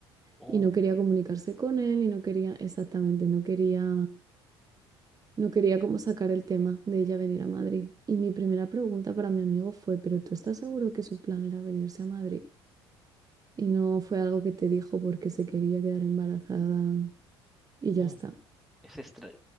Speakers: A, in the centre; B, on the right.
A: Oh,
B: Y no quería comunicarse con él y no quería, exactamente, no quería, no quería como sacar el tema de ella venir a Madrid. Y mi primera pregunta para mi amigo fue, ¿pero tú estás seguro que su plan era venirse a Madrid? y no fue algo que te dijo porque se quería quedar embarazada y ya
A: oh,
B: está.
A: Es extra-